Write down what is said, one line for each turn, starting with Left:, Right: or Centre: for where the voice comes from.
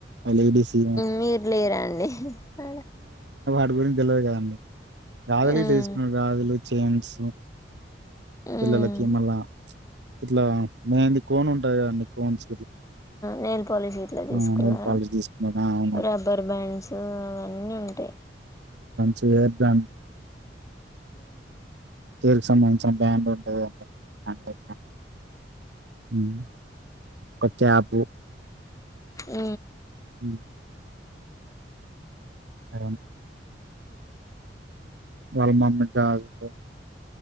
Right: లేడీస్ ఏమో
Left: మీరు లేరండి అడ
Right: ఇ గురించి తెలిలయదు కదండి గాజులు
Left: మ్మ్.
Right: తీసుకున్నారు గాజులు చైన్స్
Left: మ్మ్.
Right: పిల్లలకి మళ్ళా ఇట్లా మెయింది కోన్ ఉంటాందిండి కోన్స్
Left: మెయిల్పోలిష్ ఇట్లా తీసుకున్నారా
Right: ఆ నెయిల్ పాలిష్ తీసుకున్నారు ఆ అవునండి
Left: రబ్బర్ బ్యాండ్స్ అవన్నీ ఉంటాయి
Right: చేర్ద్దన్
Left: ఉ
Right: హర్కి సంబంధించిన బ్యాండ్ ఉంటుంది అేే ఉమ్ ఒక క్యాప్
Left: ఉ
Right: అ అ వాళ్ళ మమ్మీ గాజులు